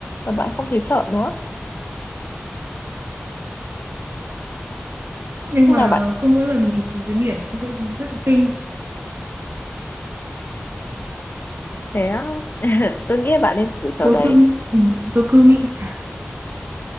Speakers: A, on the left; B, on the right.
A: và bạn không thấy sợ nữa.
B: Nhưng
A: Chung
B: mà
A: là bạn
B: cứ mỗi lần nhìn xuống dưới biển thì tôi sẽ rất là kinh.
A: thế <laughs> tôi nghĩ là bạn nên thử trò
B: Tôi
A: đấy,
B: cứ ừ, tôi cứ nghĩ "À,